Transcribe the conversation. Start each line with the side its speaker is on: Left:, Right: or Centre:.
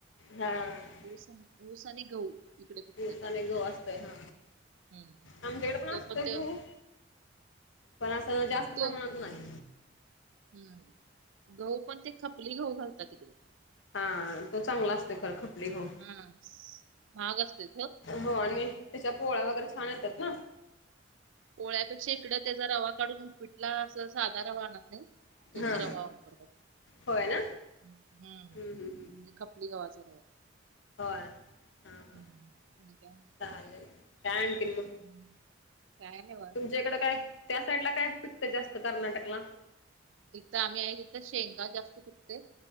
Left: हा
Right: ऊस अन् ऊस आणि गहू इकडे पिकते
Left: ऊस
Right: कर्नाटकात
Left: आणि गहू असतय
Right: जास्त
Left: हा
Right: हम्म
Left: आमच्याकडे पण
Right: तो
Left: असतंय
Right: ते
Left: गहू. पण असं जास्त प्रमाणात
Right: तो
Left: नाही.
Right: हम्म गहू पण ते खपली गहू घालतात इकडं.
Left: हा. त चांगला असते ख खपली घा
Right: हम्म महाग असतोय
Left: हो आणि त्याच्या पोळा वगैरे छान येतात ना.
Right: पोळ्यापेक्षा इकड त्याचा रवा काढून उपीटला असं साधा रवा आणत नाही. तोच
Left: हा
Right: रवा वापरत
Left: होय ना
Right: हम्म म्हणजे
Left: हम्म, हम्म.
Right: खप ली गावचा रवा.
Left: होय हा हा
Right: हम्म. आणि काय म्हणतात
Left: चालेल काय आणखीन म.
Right: हम्म. काय नाही बा.
Left: तुमच्या इकडं काय त्या साईड ला काय पिकतं जास्त कर्नाटकला.
Right: इथं आम्ही आहे तिथं शेंगा जास्त सुिकते